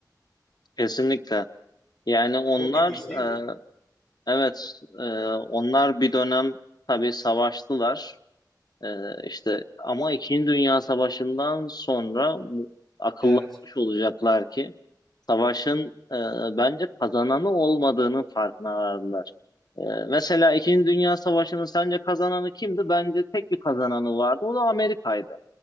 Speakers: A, on the left (about 65°); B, in the centre.
A: Kesinlikle. Yani onlar
B: Çok ilginç değil
A: e,
B: mi?
A: evet e, onlar bir dönem tabii savaştılar. E, işte ama İkinci Dünya Savaşı'ndan sonra mu- akıllanmış
B: Evet.
A: olacaklar ki savaşın e, bence kazananı olmadığının farkına vardılar. E, mesela İkinci Dünya Savaşı'nın sence kazananı kimdi? Bence tek bir kazananı vardı. O da Amerika'ydı.